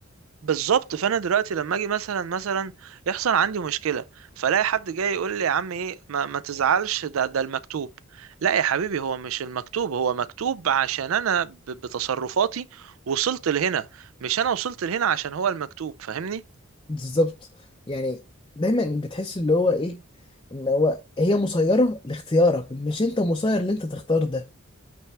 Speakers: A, on the right; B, on the left.
A: بالظبط فانا دلوقتي لما اجي مثلا مثلا يحصل عندي مشكله فلاقي حد جاي يقول لي يا عم ايه ما, ما تزعلش ده ده المكتوب لا يا حبيبي هو مش المكتوب هو مكتوب عشان انا ب- بتصرفاتي وصلت لهنا مش انا وصلت لهنا عشان هو المكتوب فاهمني
B: بالظبط يعني دايما بتحس اللي هو ايه ان هو هي مسيره لاختيارك مش انت مسير اللي انت تختار ده